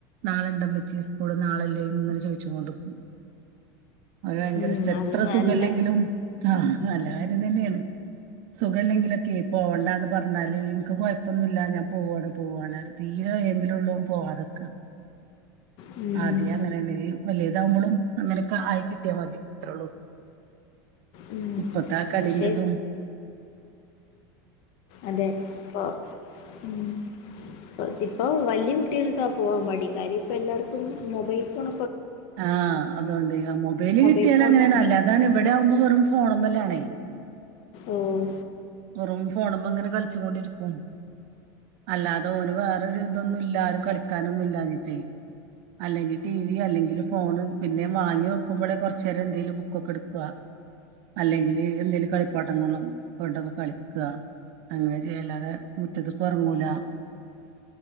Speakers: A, on the right; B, on the left.
A: നാളെ ഇണ്ട അമ്മച്ചി സ്കൂൾ നാളെ ഇല്ലേ ഇങ്ങനെ ചോയിച്ചോണ്ട് നിക്കും അവൻ ഭയങ്കര
B: ഉം,
A: ഇഷ്ട എത്ര
B: അത് നല്ല
A: സുഖല്ലെങ്കിലും ആഹ് നല്ല കാര്യം തന്നെയാണ് സുഖല്ലെങ്കിലൊക്കെ പോവണ്ടാന്ന് പറഞ്ഞാല് എനിക്ക് കൊഴപ്പൊന്നുല്ല ഞാൻ പോവാണ് പോവാണ് തീരെ വയ്യെങ്കിലും ഉള്ളൂ പോവാതെ നിക്ക
B: ഉം.
A: ആദ്യം അങ്ങനെ തന്നെ ഇനി വല്യതാവുമ്പോളും അങ്ങനെയൊക്കെ ആയി കിട്ടിയ മതി അത്രയുള്ളൂ
B: ഉം.
A: ഇപ്പത്ത കളിയിണ്ടെന്നും
B: പക്ഷെ അതെ ഇപ്പൊ ഉം കുറച്ചിപ്പോ വല്യ കു കുട്ടികൾക്കാ പോവാൻ മടി കാര്യം ഇപ്പ എല്ലാവർക്കും മൊബൈൽ ഫോൺ
A: ആഹ് അതുകൊണ്ട് മൊബൈല്
B: മൊബൈൽ
A: കിട്ടിയാൽ
B: ഫോണിന്
A: അങ്ങനെയാണ് അല്ലാതാണ് ഇവിടെയാവുമ്പോ വെറും ഫോണുമ്മലാ ണേ
B: ഓഹ്
A: വെറും ഫോണുമ്മ അങ്ങനെ കളിച്ചു കൊണ്ടിരിക്കും അല്ലാതെ ഓന് വേറൊരു ഇതൊന്നും ഇല്ല ആരും കളിക്കാനൊന്നും ഇല്ലാഞ്ഞിട്ടെ അല്ലെങ്കിൽ ടി വി അല്ലെങ്കിൽ ഫോ ഫോണ് പിന്നെ വാങ്ങി വെക്കുമ്പോളെ കുറച്ച് നേരം എന്തേലും ബുക്കൊക്കെ എടുക്കുവാ അല്ലെങ്കിൽ എന്തെലും കളിപ്പാട്ടം കൊണ്ട് കെട കളിക്ക അങ്ങനെ ചെയ്യല്ലാതെ മുറ്റത്തു ഇപ്പൊ ഇറങ്ങൂല